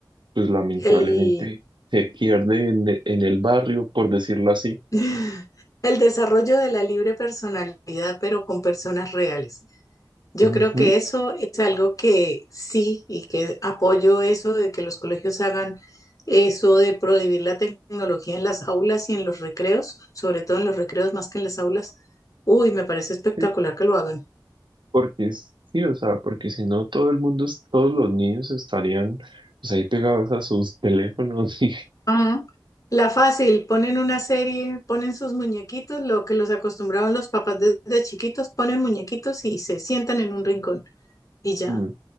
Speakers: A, on the right (about 75°); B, on the left (about 45°).
A: pues lamentablemente
B: el,
A: se pierde en, e- en el barrio, por decirlo así.
B: <laughs> el desarrollo de la libre personalidad, pero con personas reales. Yo
A: Ujú,
B: creo que eso es algo que sí y que apoyo eso de que los colegios hagan eso de prohibir la tecnología en las aulas y en los recreos, sobre todo en los recreos más que en las aulas. Uy, me parece espectacular
A: sí,
B: que lo hagan.
A: porque es- sí, o sea, porque si no todo el mundo, es- todos los niños estarían pues ahí pegados a sus teléfonos y,
B: Ah, La fácil, ponen una serie, ponen sus muñequitos, lo que los acostumbraban los papás desde chiquitos, ponen muñequitos y se sientan en un rincón y
A: <laughs>
B: ya,
A: mm,